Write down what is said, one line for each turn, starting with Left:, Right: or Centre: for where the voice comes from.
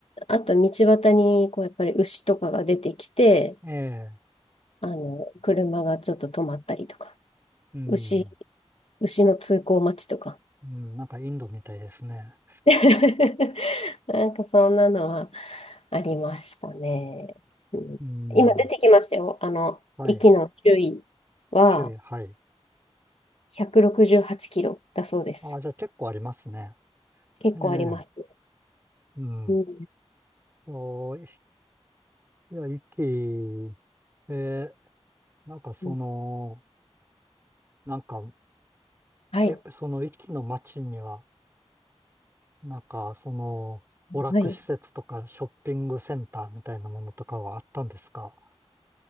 Left: あと道端に、こう、やっぱり牛とかが出てきて、
Right: ええ。
Left: あの、車がちょっと止まったりとか、
Right: うん。
Left: 牛、牛の通行待ちとか。
Right: うん。なんかインドみたいですね。
Left: <laughs> なんかそんなのはありましたね。うん、
Right: うん。
Left: 今出てきましたよ。あの、
Right: はい。
Left: 息の周囲は
Right: 種類、はい。
Left: 168キロだそうです。
Right: ああ、じゃあ結構ありますね。
Left: 結構ありますね。
Right: ええ。うん。
Left: うん、
Right: おいや、息、ええ、なんかその、
Left: うん
Right: なんか、
Left: はい。
Right: え、その息の街には、なんか、その、娯楽施設とかショッピングセンターみたいなものとかはあったんですか
Left: はい。